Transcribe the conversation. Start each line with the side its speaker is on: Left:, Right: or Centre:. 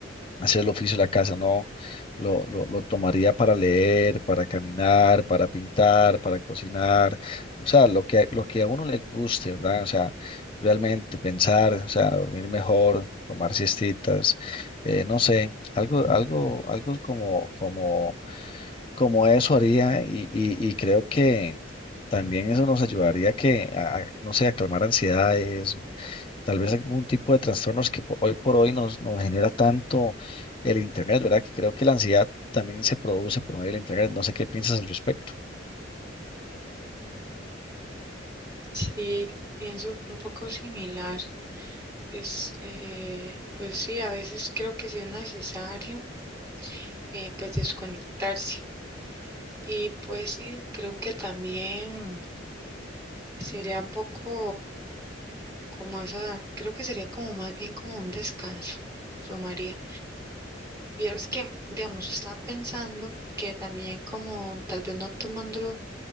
Left: hacer el oficio de la casa, no. Lo, lo, lo tomaría para leer, para caminar, para pintar, para cocinar. O sea, lo que, lo que a uno le guste, ¿verdad? O sea, realmente pensar, o sea, dormir mejor, tomar siestitas, eh, no sé, algo, algo, algo como, como como eso haría y, y- y creo que también eso nos ayudaría que, a, a, no sé, a calmar ansiedades, tal vez algún tipo de trastornos que po- hoy por hoy nos, nos genera tanto el Internet, ¿verdad? Que creo que la ansiedad también se produce por medio del Internet. No sé qué piensas al respecto.
Right: Sí, pienso un poco similar. Es, eh, pues sí, a veces creo que sí es necesario, eh, pues desconectarse. Y pues sí, creo que también sería un poco como esa, creo que sería como más bien como un descanso, tomaría. Vieras que, digamos, estaba pensando que también como tal vez no tomándolo